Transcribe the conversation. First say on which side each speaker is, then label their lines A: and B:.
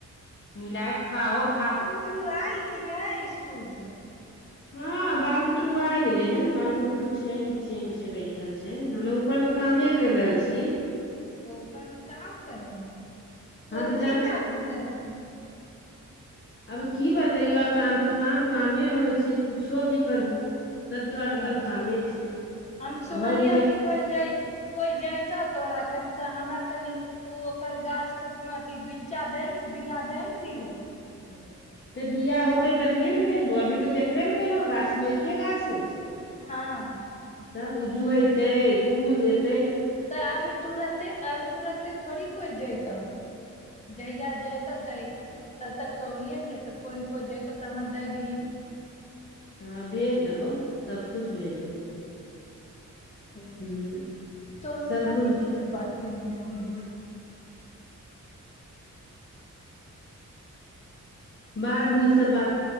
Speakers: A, on the left; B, on the left.
A: मिलाय के खाओ भाह
B: तोरु आयल कि नहि स्कुल से
A: हँ बाल बुतरु आ गेले हेन बाल बुतरु छै नीचे मे छै बैठल छै हमे ऊपर मे कामे केर रहल छियै
B: ओ उपर काम करब कोन
A: हँ तऽ
B: ची काम कर
A: अब की बतइयौ आ काम काम कामे होइ छै कुछो भी करभो सब तो आजकल
B: अच्छा
A: कामे छै
B: हम सुनलियह
A: घर गृहस्थ
B: कि कोइ जइ कोइ जयैतह तोरा कन तऽ हमरा तनि ओ ओकर गाछके अथी बिच्चा द बीआ द ने दियौ ब <unintelligible>
A: तऽ बिया होते तभिए ने भेजबो अभी तऽ देखबे ने केलहो गाछ नैके गाछ ने छै
B: हँ
A: तब उजते फूल देते <unintelligible>
B: तऽ अभी तुरते अभी तुरत ते थोड़ी कोइ जैत जहिया जतऽ तब तक तऽ होइए ने जतौ कोइ ने कोइ जतौ तऽ हमर दै दही
A: हँ भेज देबौ सबकुछ भेज देबौ
B: तोर
A: हुँ
B: रूपालपाली
A: सबकुछ
B: जी से बात करनी ह दीदी
A: बादमे इसब बात